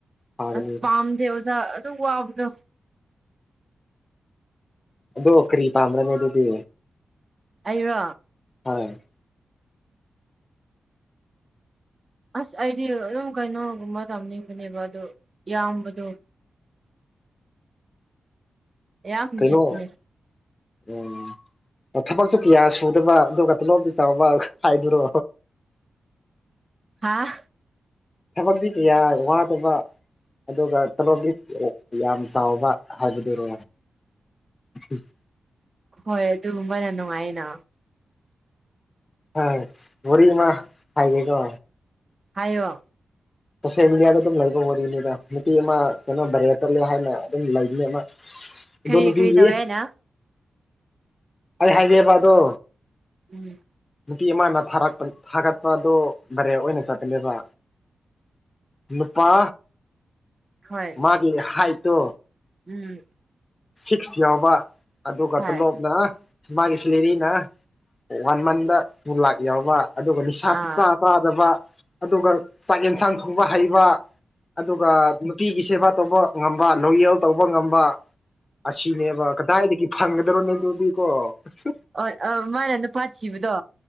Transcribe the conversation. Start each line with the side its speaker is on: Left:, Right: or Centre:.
Left: ꯐꯒꯅꯤꯕ
Right: ꯑꯁ ꯄꯥꯝꯗꯦ ꯑꯣꯖꯥ ꯑꯗꯨꯛ ꯋꯥꯕꯗꯣ꯫
Left: ꯑꯗꯣ ꯀꯔꯤ ꯄꯥꯝꯕ꯭ꯔꯅꯦ ꯑꯗꯨꯗꯤ꯫
Right: ꯑꯩꯔꯣ꯫
Left: ꯍꯣꯏ꯫
Right: ꯑꯁ ꯑꯩꯗꯤ ꯑꯗꯨꯝ ꯀꯩꯅꯣꯒꯨꯝꯕ ꯇꯝꯅꯤꯡꯕꯅꯦꯕ ꯑꯗꯨ ꯏꯌꯥꯝꯕꯗꯣ ꯌꯥꯝ
Left: ꯀꯩꯅꯣ
Right: ꯌꯦꯠꯄꯅꯦ
Left: ꯎꯝ ꯑꯣ ꯊꯕꯛꯁꯨ ꯀꯤꯌꯥ ꯁꯨꯗꯕ ꯑꯗꯨꯒ ꯊꯣꯂꯣꯞꯇꯤ ꯆꯥꯎꯕ ꯍꯥꯏꯗꯨꯔꯣ꯫
Right: ꯍꯥꯥ꯫
Left: ꯊꯕꯛꯇꯤ ꯀꯌꯥ ꯋꯥꯗꯕ꯫ ꯑꯗꯨꯒ ꯇꯣꯂꯣꯞꯗꯤ ꯌꯥꯝ ꯆꯥꯎꯕ ꯍꯥꯏꯕꯗꯨꯔꯣ꯫ <unintelligible>
Right: ꯍꯣꯏ ꯑꯗꯨꯒꯨꯝꯕꯅ ꯅꯨꯡꯉꯥꯏꯅ꯫
Left: ꯍꯁ ꯋꯥꯔꯤ ꯑꯃꯥ ꯍꯥꯏꯒꯦꯀꯣ꯫
Right: ꯍꯥꯏꯌꯣ꯫
Left: ꯁꯣꯁꯦꯜ ꯃꯦꯗꯤꯌꯥꯗ ꯑꯗꯨꯝ ꯂꯩꯕ ꯋꯥꯔꯤꯅꯤꯗ ꯅꯨꯄꯤ ꯑꯃ ꯀꯩꯅꯣ ꯚꯔꯦ ꯆꯠꯂꯦ ꯍꯥꯏꯅ ꯑꯗꯨꯝ ꯂꯩꯕꯅꯦ ꯑꯃ꯫ ꯑꯗꯣ
Right: ꯀꯔꯤ
Left: ꯅꯨꯄꯤꯒꯤ
Right: ꯀꯔꯤ ꯇꯧꯋꯦ ꯍꯥꯏꯅ꯫
Left: ꯑꯩ ꯍꯥꯏꯒꯦꯕ ꯑꯗꯣ꯫
Right: ꯎꯝ꯫
Left: ꯅꯨꯄꯤ ꯑꯃꯅ ꯊꯥꯔꯛꯄ ꯊꯥꯒꯠꯄꯗꯣ ꯚꯥꯏꯔꯦꯜ ꯑꯣꯏꯅ ꯆꯠꯄꯅꯦꯕ꯫ ꯅꯨꯄꯥ
Right: ꯍꯣꯏ
Left: ꯃꯥꯒꯤ ꯍꯥꯏꯠꯇꯣ
Right: ꯎꯝ꯫
Left: ꯁꯤꯛꯁ ꯌꯥꯎꯕ ꯑꯗꯨꯒ
Right: ꯍꯣꯏ
Left: ꯇꯣꯂꯣꯞꯅ ꯃꯥꯒꯤ ꯁꯤꯂꯦꯔꯤꯅ ꯋꯥꯟ ꯃꯟꯗ ꯇꯨ ꯂꯥꯛ ꯌꯥꯎꯕ ꯑꯗꯨꯒ ꯅꯤꯁꯥꯁꯨ
Right: ꯑꯥ
Left: ꯆꯥ ꯇꯥꯗꯕ ꯑꯗꯨꯒ ꯆꯥꯛ ꯌꯦꯟꯁꯥꯡ ꯊꯣꯡꯕ ꯍꯩꯕ ꯑꯗꯨꯒ ꯅꯨ ꯄꯤꯒꯤ ꯁꯦꯕꯥ ꯇꯧꯕ ꯉꯝꯕ ꯂꯣꯌꯦꯜ ꯇꯧꯕ ꯉꯝꯕ꯫ ꯑꯁꯤꯅꯦꯕ ꯀꯗꯥꯏꯗꯒꯤ ꯐꯪꯒꯗ꯭ꯔꯣꯅꯦ ꯑꯗꯨꯗꯤꯀꯣ꯫ <unintelligible>
Right: ꯑꯣꯏ ꯑꯣ ꯃꯥꯅ ꯅꯨꯄꯥ ꯊꯤꯕꯗꯣ꯫